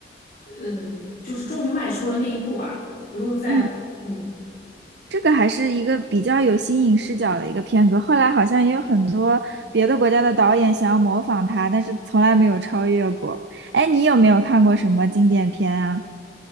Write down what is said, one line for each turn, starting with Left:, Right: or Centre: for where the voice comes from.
Left: 嗯，就是终于迈出了那一步吧，不用再嗯
Right: 嗯，这个还是一个比较有新颖视角的一个片子。后来好像也有很多别的国家的导演想要模仿他，但是从来没有超越过。哎，你有没有看过什么经典片啊？